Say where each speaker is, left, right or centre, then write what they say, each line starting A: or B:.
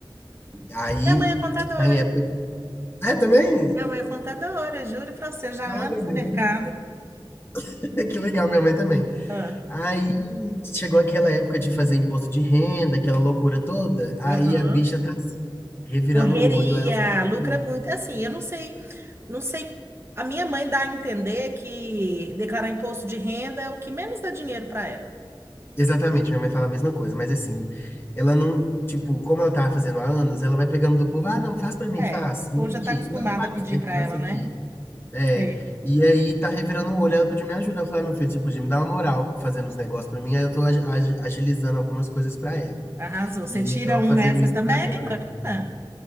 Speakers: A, on the left; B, on the right.
A: aí
B: Minha mãe é contadora.
A: tá em época. É, também?
B: Minha mãe é contadora, juro pra você, já há
A: Olha,
B: anos
A: meu,
B: no mercado.
A: também. <laughs> que legal, minha mãe também.
B: Ah,
A: Aí chegou aquela época de fazer imposto de renda, aquela loucura toda. Aí
B: Aham.
A: a bicha tá assim, revirando
B: Correria,
A: o olho. Aí ela fala
B: lucra
A: assim,
B: muito. Assim, eu não sei, não sei. A minha mãe dá a entender que declarar imposto de renda é o que menos dá dinheiro para ela.
A: exatamente, minha mãe fala a mesma coisa, mas assim, ela não, tipo, como ela tava fazendo há anos, ela vai pegando do povo, ah, não, faz pra mim,
B: É,
A: faz, vem
B: pô, já
A: aqui,
B: está acostumada
A: não, faz,
B: a pedir
A: aí
B: para
A: faço
B: ela,
A: aqui.
B: né?
A: É,
B: Sim.
A: e aí tá revirando o olho, ela pediu minha ajuda. Eu falei, "Ah, meu filho, você podia me dar uma moral fazendo os negócios pra mim, aí eu tô agi- agi- agilizando algumas coisas pra ela.
B: Arrasou. Você
A: E aí
B: tira
A: eu tava
B: um
A: fazendo
B: nessa
A: isso
B: também,
A: até agora.
B: Ana?